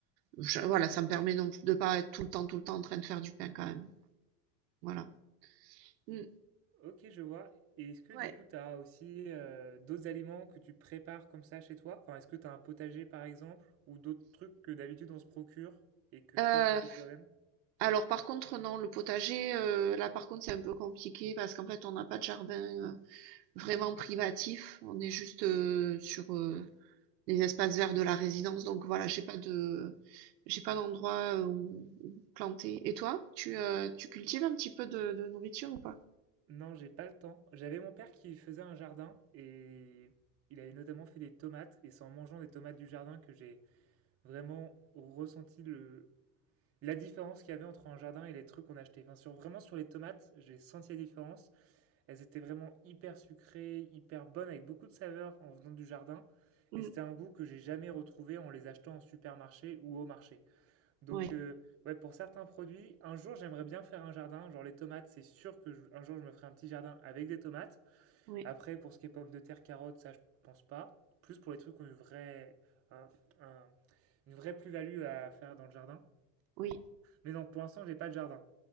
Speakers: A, on the right; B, on the right.
A: je voilà, ça me permet donc de pas être tout le temps, tout le temps en train de faire du pain quand même. Voilà. Mmh.
B: Ok, je vois. Et est-ce que
A: Ouais.
B: du coup, tu as aussi euh, d'autres aliments que tu prépares comme ça chez toi? Enfin, est-ce que tu as un potager par exemple, ou d'autres trucs que d'habitude on se procure et que
A: Heu,
B: toi tu fais toi-même?
A: alors par contre non, le potager, heu, là par contre c'est un peu compliqué parce qu'en fait on n'a pas de jardin, heu, vraiment privatif. On est juste, heu, sur, heu les espaces verts de la résidence. Donc voilà, j'ai pas de j'ai pas d'endroit euh, où, où planter. Et toi, tu, euh, tu cultives un petit peu de, de nourriture ou pas?
B: Non, j'ai pas le temps. J'avais mon père qui faisait un jardin et il avait notamment fait des tomates. Et c'est en mangeant des tomates du jardin que j'ai vraiment ressenti le... la différence qu'il y avait entre un jardin et les trucs qu'on achetait. Enfin, sur, vraiment sur les tomates, j'ai senti la différence. Elles étaient vraiment hyper sucrées, hyper bonnes, avec beaucoup de saveur en venant du jardin.
A: Mm,
B: Et c'était un goût que j'ai jamais retrouvé en les achetant en supermarché ou au marché. Donc,
A: oui,
B: euh, ouais, pour certains produits, un jour j'aimerais bien faire un jardin. Genre les tomates, c'est sûr que je- un jour je me ferai un petit jardin avec des tomates.
A: oui,
B: Après, pour ce qui est pommes de terre, carottes, ça je pense pas. Plus pour les trucs qui ont une vraie, un- un- une vraie plus-value à faire dans le jardin.
A: oui,
B: Mais non, pour l'instant, j'ai pas de jardin.